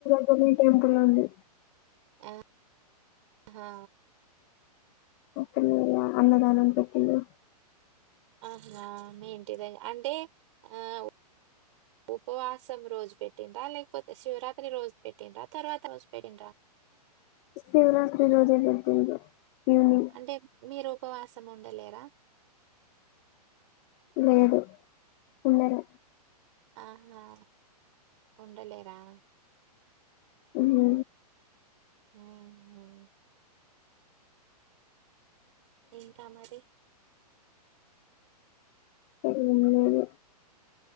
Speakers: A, on the left; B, on the right.
A: <unintelligible> టెంపుల్ ఉంది
B: ఆహ్ హా
A: అక్కడే అన్నదానం పెట్టిళ్ళు
B: అవునా మీ ఇంటిదగ్గర అంటే ఆహ్ ఉపవాసం రోజు పెట్టిండ్ర లేకపోతే శివరాత్రి రోజు పెట్టిండ్ర తర్వాత రోజు పెట్టిండ్ర
A: శివరాత్రి రోజే పెట్టిండు ఈవినింగ్
B: అంటే మీరు ఉపవాసం ఉండలేరా
A: లేదు ఉండను
B: ఆహా ఉండలే రా
A: హు హు
B: ఉహు ఇంకా మరి
A: ఏం లేదు